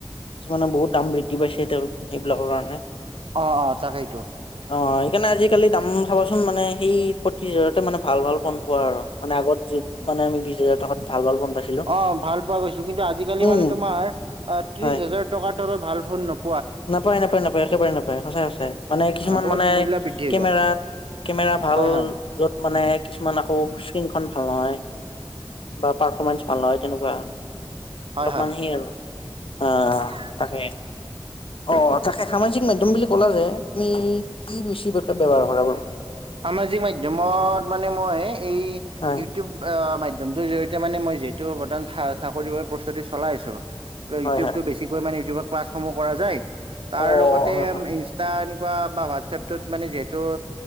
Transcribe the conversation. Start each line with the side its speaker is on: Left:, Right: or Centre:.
Left: কিছুমানৰ বহুত দাম বৃদ্ধি পাইছে <unintelligible> এইবিলাকৰ কাৰণে।
Right: অ', অ', তাকেইতো।
Left: অ', সেইকাৰণে আজিকালি দাম চাবাচোন মানে সেই পশিছ হাজাৰতহে মানে ভাল ভাল ফোন পোৱা আৰু মানে আগত যি মানে আমি বিশ হাজাৰ টকাত ভাল ভাল ফোন পাইছিলো।
Right: অ', ভাল পোৱা গৈছিল কিন্তু আজিকালি
Left: উম,
Right: মানে তোমাৰ অ', ত্ৰিশ
Left: হয়।
Right: হাজাৰ টকাৰ তলত ভাল ফোন নোপো
Left: নাপায় নাপায় নাপায়, একেবাৰে নাপায় সঁচাই সঁচাই, মানে কিছুমান
Right: আ বহুত
Left: মানে
Right: মূল্য বৃদ্ধি হৈ
Left: কেমেৰাত
Right: গ'ল
Left: কেমেৰা ভাল
Right: হয় হয়
Left: য'ত মানে কিছুমান আকৌ স্ক্ৰীণখন ভাল নহয়। বা পাৰফৰ্মেঞ্চ ভাল নহয় তেনেকুৱা,
Right: হয়
Left: অলপমান
Right: হয়
Left: সেই আৰু। আহ
Right: <unintelligible>
Left: তাকে অ', তাকে সামাজিক মাধ্যম বুলি কলা যে তুমি কি বেছিকে ব্যৱহাৰ কৰা বাৰু?
Right: সামাজিক মাধ্যমত মানে মই এই
Left: হয়
Right: ইউটিউব মাধ্যমটোৰ জৰিয়তে মানে মই যিহেতু বৰ্তমান চাকৰিৰ বাবে প্ৰস্তুতি চলাই আছো
Left: হয়
Right: ইউটিউবতো
Left: হয়
Right: বেছিকৈ মানে ইউটিউবত ক্লাছসমূহ কৰা যায় তাৰ
Left: অ
Right: লগতে
Left: হয় হয়
Right: <unintelligible> তাৰ এনেকুৱা বা হোৱাটছএপত মানে যিহেতু